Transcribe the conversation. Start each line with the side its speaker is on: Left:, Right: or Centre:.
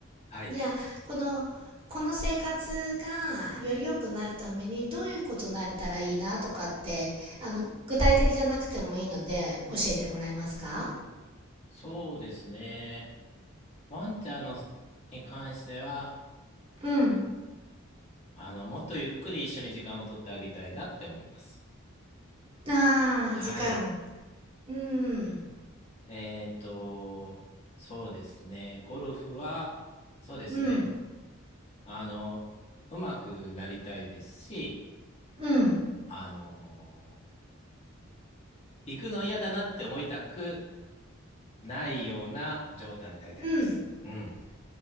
Left: はい。
Right: じゃあこのこの生活がより良くなるためにどういうことになれたらいいなとかってあの具体的じゃなくてもいいので教えてもらえますか
Left: そうですね。ワンちゃんのに関しては、
Right: うん
Left: あの、もっとゆっくり一緒に時間を取ってあげたいなって思います。
Right: あー時間
Left: はい。
Right: うん
Left: えっと、そうですね。ゴルフは、そうですね。
Right: うん
Left: あの、うまくなりたいですし、
Right: うん
Left: あの、行くの嫌だなって思いたくないような状態になりたいです。
Right: うん
Left: うん。